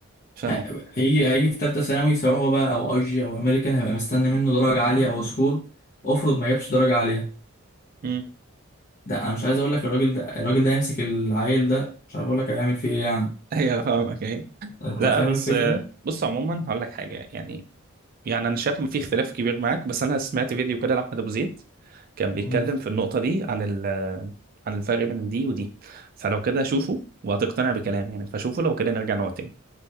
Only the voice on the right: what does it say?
فاهم
امم
<laughs> ايوه فاهمك ايوه
لا
بس
آه، بص عموما هقول لك حاجه يعني يعني انا شايف ان في اختلاف كبير معاك بس انا سمعت فيديو كده لاحمد ابو زيد كان بيتكلم
في النقطه دي عن ال عن الفرق بين دي ودي فلو كده شوفه وهتقتنع بكلامي يعني فشوفه لو كده نرجع نقعد تاني